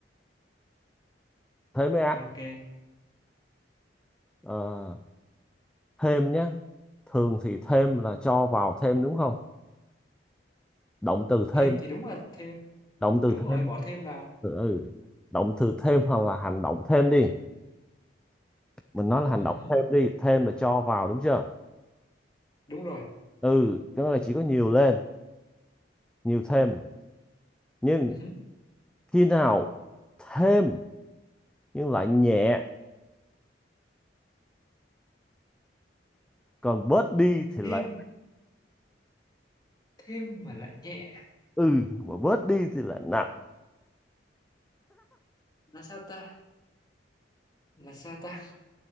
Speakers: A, in the centre; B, on the left.
A: thế mới ác.
B: ok
A: Ờ, thêm nhá. Thường thì thêm là cho vào thêm đúng không? Động từ
B: thêm
A: thêm,
B: thì đúng là thêm
A: động từ
B: đúng
A: thêm.
B: rồi bỏ thêm vào
A: Ừ, động từ thêm hoặc là hành động thêm đi. mình nói là hành
B: ừ.
A: động thêm đi thêm là cho vào đúng chưa
B: đúng rồi
A: ừ cái đó là chỉ có nhiều lên nhiều thêm nhưng
B: ừ.
A: khi nào thêm nhưng lại nhẹ còn bớt đi thì
B: thêm
A: lại
B: thêm mà lại nhẹ
A: ừ mà bớt đi thì lại nặng
B: là sao ta là sao ta